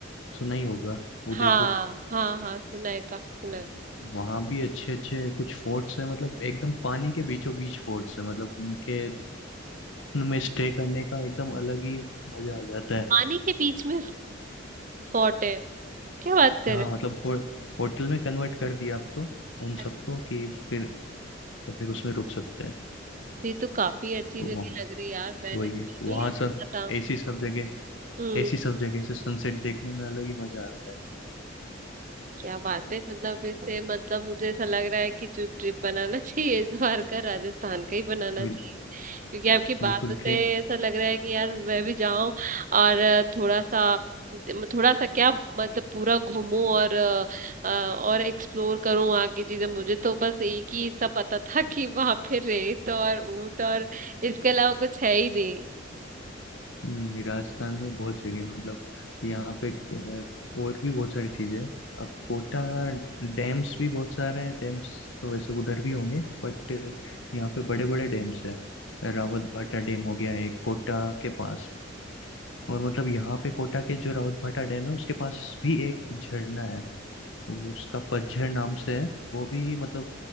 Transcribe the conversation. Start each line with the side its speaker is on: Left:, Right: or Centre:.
Left: सुना ही होगा उदयपुर
Right: हाँ हाँ हाँ सुना है काफी सुना है
Left: वहाँ भी अच्छे अच्छे कुछ फोर्ट्स हैं मतलब एकदम पानी के बीचों बीच फोर्ट्स हैं मतलब उनके उनमें स्टे करने का एकदम अलग ही मजा आ जाता है
Right: पानी के बीच में फोर्ट है क्या बात कर
Left: हाँ
Right: रहे
Left: मतलब हो, होटल में कन्वर्ट कर दिया आप तो उन सबको
Right: हैं
Left: कि फिर तो फिर उसमें रुक सकते हैं
Right: ये तो काफी अच्छी
Left: तो
Right: जगह लग रही है यार मैंने
Left: वही
Right: बिल्कुल
Left: है वहां
Right: नहीं सोचा
Left: सब
Right: था
Left: ऐसी सब जगह
Right: हम्म
Left: ऐसी सब जगह से सनसेट देखने में अलग ही मजा आता है
Right: क्या बात है मतलब इससे मतलब मुझे ऐसा लग रहा है कि जो ट्रिप बनाना <laughs> चाहिए इस बार का राजस्थान का ही बनाना
Left: बिल,
Right: चाहिए क्योंकि आपकी
Left: बिल्कुल
Right: बात से
Left: ट्रेन
Right: ऐसा लग रहा है कि यार मैं भी जाऊं और थोड़ा सा थोड़ा सा क्या मतलब पूरा घूमूं और अ, और एक्सप्लोर करूं वहाँ की चीजें मुझे तो बस एक ही हिस्सा पता था कि वहां पे रेत और ऊंट और इसके अलावा कुछ है ही नहीं
Left: हम्म, राजस्थान में बहुत जगह है, मतलब यहाँ पे अ, और भी बहुत सारी चीजें हैं अब कोटा डैम्स भी बहुत सारे हैं डैम्स तो वैसे उधर भी होंगे बट यहाँ पे बड़े बड़े डैम्स हैं रावत भाटा डैम हो गया एक कोटा के पास और मतलब यहाँ पे कोटा के जो रावत भाटा डैम है उसके पास भी एक झरना है वो उसका पतझड़ नाम से है वो भी मतलब